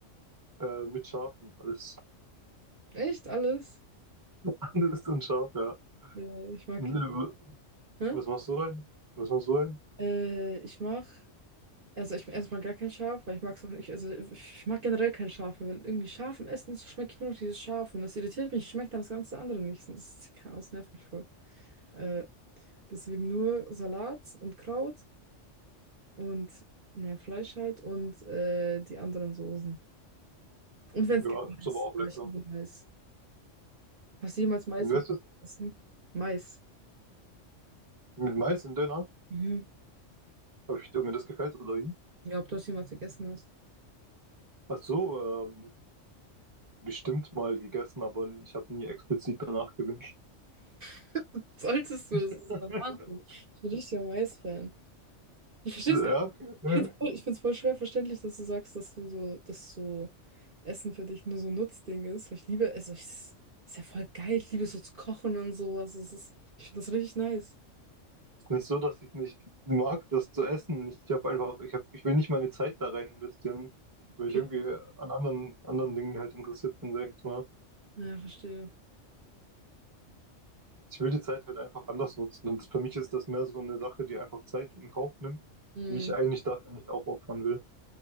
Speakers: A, on the right (about 15°); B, on the right (about 45°).
A: äh, mit Schaf und alles,
B: Echt alles?
A: <laughs> alles und Schaf, ja.
B: Ja, ich mag
A: Ne,
B: ihn.
A: wa-
B: Hä?
A: Was machst du rein? Was machst du rein?
B: Äh, ich mag, also ich erstmal gar kein Schaf, weil ich mag es auch nicht, also ich mag generell kein Schaf, weil wenn irgendwie Schaf im Essen ist, schmecke ich nur noch dieses Schaf und das irritiert mich, schmeckt dann das ganze andere nicht. Und Das ist Chaos, nervt mich voll. Äh, Deswegen nur Salat und Kraut und naja, Fleisch halt und äh, die anderen Soßen. Und wenn
A: Ja,
B: es gibt Mais.
A: ist aber auch lecker.
B: Ah, ich liebe Mais. Hast du jemals Mais
A: Und weißt
B: gegessen?
A: du,
B: Mais.
A: mit Mais im Döner,
B: Mhm.
A: habe ich, ob mir das gefällt oder wie?
B: Ja, ob du das jemals gegessen hast.
A: Ach so, ähm, bestimmt mal gegessen, aber ich habe nie explizit danach gewünscht.
B: <laughs> Solltest du,
A: <laughs>
B: es ist der Wahnsinn. Ich bin richtiger Mais-Fan. Ich verstehe
A: So,
B: es gar
A: Ja,
B: nicht.
A: okay, okay.
B: Ich finde es voll, ich find's voll schwer verständlich, dass du sagst, dass du so, dass so Essen für dich nur so ein Nutzding ist. Weil ich liebe, also ich, es ist ja voll geil. Ich liebe es so zu kochen und sowas. Es ist, ich finde das richtig nice.
A: Ist nicht so, dass ich nicht mag, das zu essen. Ich habe einfach, ich hab, ich will nicht meine Zeit da rein investieren, weil
B: Okay.
A: ich irgendwie an anderen, anderen Dingen halt interessiert bin, sag ich jetzt mal.
B: Ja, verstehe.
A: Ich will die Zeit halt einfach anders nutzen. Und für mich ist das mehr so eine Sache, die einfach Zeit in Kauf nimmt,
B: Mhm.
A: die ich eigentlich dafür nicht aufopfern will.